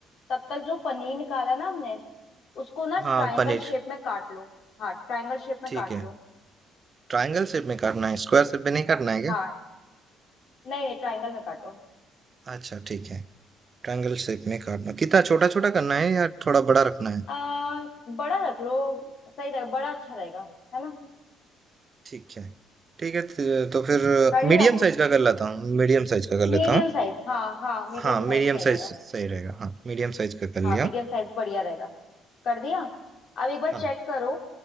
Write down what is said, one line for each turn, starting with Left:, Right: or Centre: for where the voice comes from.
Left: तब तक जो पनीर निकाला ना हमने उसको ना
Right: हाँ
Left: ट्रायंगल
Right: पनीर
Left: शेप में काट लो हाँ ट्रायंगल शेप में
Right: ठीक
Left: काट
Right: है
Left: लो
Right: ट्रायंगल शेप में करना है स्क्वायर शेप में नहीं करना है क्या
Left: हाँ नहीं नहीं ट्रायंगल में काटो
Right: अच्छा, ठीक है। ट्रायंगल शेप में काटना कितना छोटा-छोटा करना है या थोड़ा बड़ा रखना है?
Left: आ, बड़ा रख लो सही रहेगा बड़ा अच्छा रहेगा है ना
Right: ठीक है। ठीक है, त तो फिर
Left: कर लिया
Right: मीडियम साइज़ का कर लेता हूँ मीडियम साइज़ का कर
Left: मीडियम
Right: लेता हूँ।
Left: साइज हाँ हाँ मीडियम
Right: हाँ,
Left: साइज
Right: मीडियम
Left: सही
Right: साइज़
Left: रहेगा
Right: सही रहेगा। हाँ, मीडियम साइज़ का कर लिया।
Left: हाँ मीडियम साइज बढ़िया रहेगा कर दिया अब एक बार
Right: हाँ,
Left: चेक करो